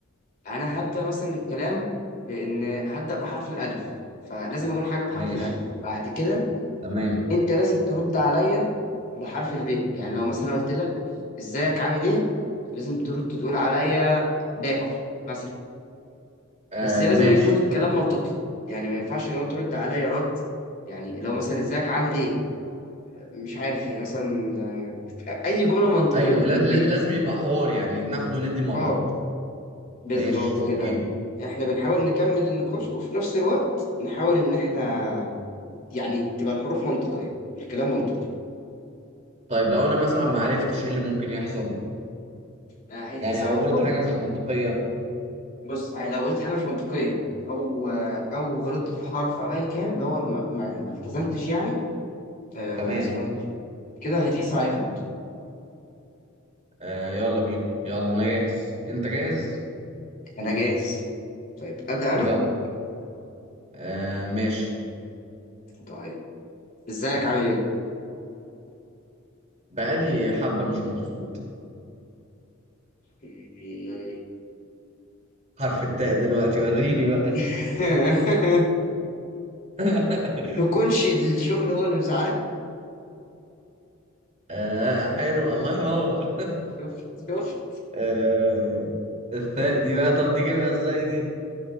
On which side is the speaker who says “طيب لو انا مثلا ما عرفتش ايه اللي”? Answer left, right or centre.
Right